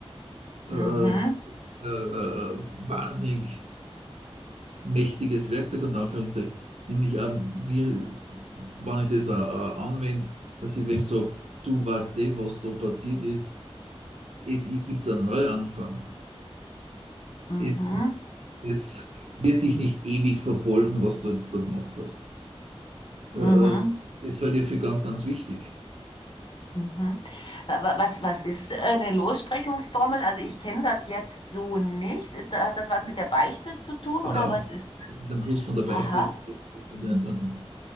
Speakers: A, on the right; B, on the left.
A: Äh,
B: mhm,
A: äh, äh, wahnsinnig mächtiges Werkzeug, unter Anführungszeichen. Nämlich, auch, wie, wenn ich das auch, auch anwende, dass ich wem sage, du weißt eh, was da passiert ist, es gibt einen Neuanfang.
B: mhm,
A: Es, es wird dich nicht ewig verfolgen, was du jetzt da gemacht hast. Äh, äh,
B: mhm.
A: Das halte ich für ganz, ganz wichtig.
B: Mhm. Wa- wa- Was, was ist äh, eine Lossprechungsformel? Also ich kenne das jetzt so nicht. Ist da, hat das was mit der Beichte zu tun
A: Genau.
B: oder was ist?
A: Das ist ein Plus von der Beichte,
B: Aha.
A: das ist ein Plus von der Sünden.